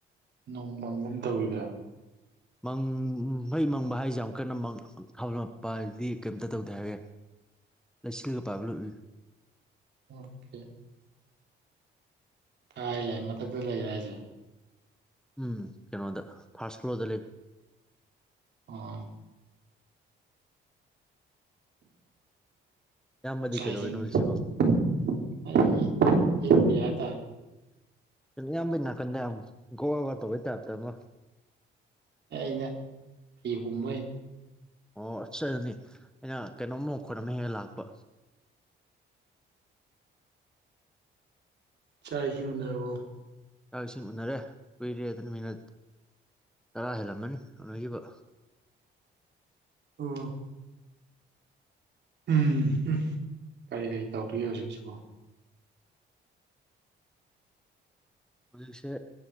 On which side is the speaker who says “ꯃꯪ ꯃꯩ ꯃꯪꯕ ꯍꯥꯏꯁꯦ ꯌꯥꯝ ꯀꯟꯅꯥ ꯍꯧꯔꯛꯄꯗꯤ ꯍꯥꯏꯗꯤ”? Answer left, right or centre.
Centre